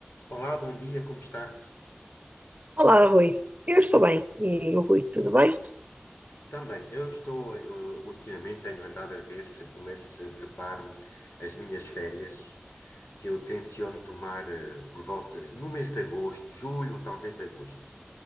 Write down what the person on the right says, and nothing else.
Olá, Rui. Eu estou bem. E o Rui, tudo bem?